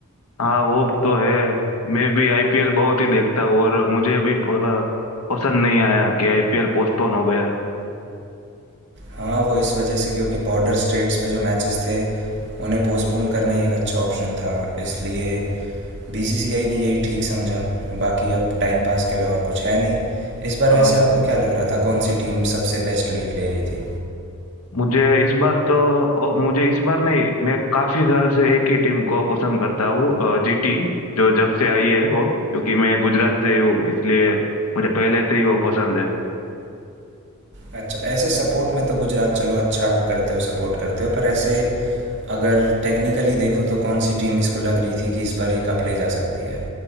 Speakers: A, on the left (about 80°); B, on the right (about 55°).
A: हाँ वो तो है मैं भी आईपीएल बहुत ही देखता हूँ और मुझे भी प- पसंद नहीं आया कि आईपीएल पोस्टपोन हो गया
B: हाँ वो इस वजह से क्योंकि बॉर्डर स्टेट्स पे जो मैचेस थे उन्हें पोस्टपोन करना ही एक अच्छा ऑप्शन था इसलिए बीसीसीआई ने यही ठीक समझा बाकी अब टाइम पास के लिए और कुछ है नहीं इस बार
A: हाँ
B: वैसे आपको क्या लग रहा था कौन सी टीम सबसे बेस्ट लीड ले रही थी
A: मुझे इस बार तो ओ, मुझे इस बार नहीं मैं काफी साल से एक ही टीम को पसंद करता हूँ जीटी जो जब से आई है वो क्योंकि मैं गुजरात से ही हूँ इसलिए मुझे पहले से ही वो पसंद
B: अच्छा ऐसे सपोर्ट में तो गुजरात चलो अच्छा आप करते हो सपोर्ट करते हो पर ऐसे अगर टेक्निकली देखो तो कौन सी टीम इसको लग रही थी कि इस बार ये कप ले जा सकती है